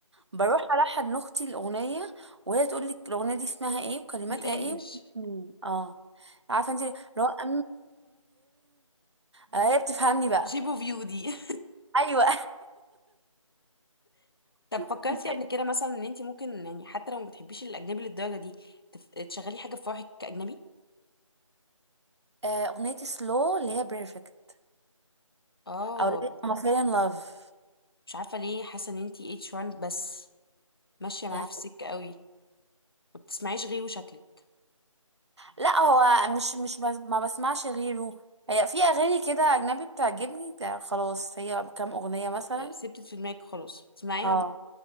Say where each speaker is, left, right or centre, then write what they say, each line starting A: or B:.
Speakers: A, on the right; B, on the left.
A: بروح ألحن لأختي الأغنية وهي تقول لي الأغنية دي اسمها ايه وكلماتها
B: بالانجلش
A: ايه و... مم. اه عارفة انت لو <laughs> هي بتفهمني بقى
B: شيبو فيو دي <laughs>
A: أيوة
B: طب
A: <laughs>
B: فكرتي
A: دي-
B: قبل كده مثلا ان انت ممكن يعني حتى لو ما بتحبيش الاجنبي للدرجه دي تف- تشغلي حاجه في فرحك كاجنبي
A: آه، أغنية سلو اللي هي بيرفكت
B: اه
A: أو اللي هي I'm fell in love
B: مش عارفه ليه حاسه ان انت اتش 1 بس ماشيه معاه
A: يعني
B: في السكه قوي ما بتسمعيش غيره شكلك
A: لا هو مش مش بس- ما بسمعش غيره هي في أغاني كده أجنبي بتعجبني ده خلاص هي كام أغنية مثلا
B: آه، سبتت في دماغك خلاص تسمعيها
A: اه